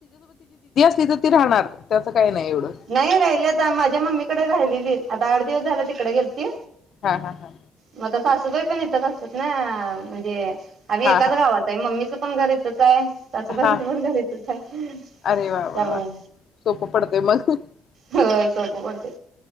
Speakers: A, on the left; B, on the right.
A: तिथ ती राहणार! त्याचं काही नाही एवढं
B: नाही राहिले आता माझ्या मम्मीकडे राहिलेलीये आता आठ दिवस झाल तिकडे गेलती!
A: हा हा हा
B: मग आता सासूबाई पण इथंच असतात ना! म्हणजे आम्ही
A: हा
B: एकाच
A: हा
B: गावात आहे! मम्मी पण घरीचच आहे! सासूबाईच
A: हा हा
B: बरं झालय येतच
A: अरे वा
B: त्यामुळे
A: वा वा सोपं <inaudible>
B: हो सोप पडतय!